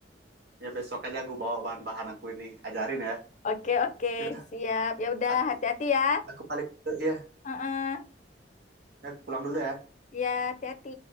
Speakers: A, on the right; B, on the left.
A: Ya besok aja aku bawa bahan-bahan aku ini, ajarin ya.
B: Oke oke,
A: Ya
B: siap. Ya udah
A: aku
B: hati-hati ya.
A: aku balik dulu ya.
B: Heeh.
A: Ya, aku pulang dulu ya.
B: Ya, hati-hati.